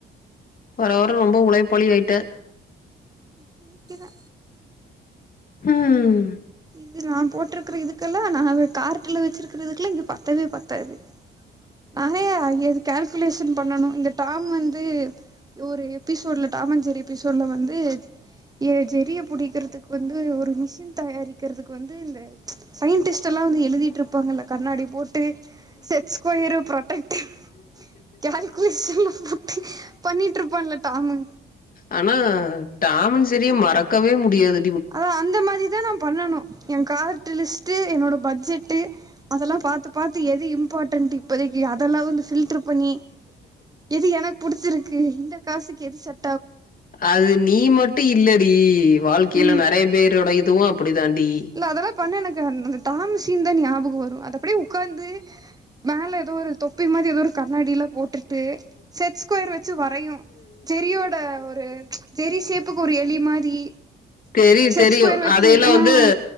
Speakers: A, on the left; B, on the right.
A: வர வர ரொம்ப உழைப்பாளி ஆயிட்டே
B: கேக்கிதா
A: ம்
B: இது நா போட்டுருக்கற இதுக்கெல்லா நா கார்ட்டுல வச்சிருக்கற இதுக்குல்லா இது பத்தவே பத்தாது நா ஏ ஐய கேல்குலேஷன் பண்ணணு இந்த டாம் வந்து ஒரு எபிசோட்ல டாம் அன்ட் ஜெரி எபி சோட்ல வந்து எ ஜெரிய புடிக்கிறதுக்கு வந்து ஒரு மிஷின் தயாரிக் கிறதுக்கு வந்து இந்த சயின்டிஸ்ட் எல்லா வந்து எழுதிட் டுருப்பாங்க இல்ல கண்ணாடி போட்டு செட்ஸ் கொயரு புரொட்டக்டு கால்குலேஷன்லா போட்டு பண்ணிட்டு இருப்பான்ல டாமு
A: ஆனா டாமன் செரிய மறக்கவே முடியாது.
B: அதா அந்த மாதிதா நா பண்ணனு என் கார்ட் லிஸ்ட்டு என்னோட பட்ஜெட்டு அதெல்லா பாத்து பாத்து எது இம்பார்டென்ட் இப்போதைக் அதெல்லா வந்து பில்ட்ரு பண்ணி இது எனக் பிடிச்சிருக் கு இந்த காசுக்கு எது ச
A: அது நீ மட்டு இல்ல டி வாழ்க்கையில
B: ம்
A: நெறய பேரோட இதுவு அப்டி தாண்டி
B: இல்ல அதெலா பண்ண எனக்கு அந்த டாம் சீன்தா ஞாபகம் வரு அதப்டியே உக்காந்து மேல ஏதோ ஒரு தொப் பி மாரி ஏதோ ஒரு கண்ணாடியிலா போட்டுட்டு செட் ஸ்கொயர் வச்சு வரயும் ஜெரியோட ஒரு ஜெரி சேப்புக்கு ஒரு எலி மாரி
A: தெரியு
B: செட்
A: தெரியு
B: ஸ்கொயர் வச்சு
A: அதையெல்லா
B: ஆ
A: வந்து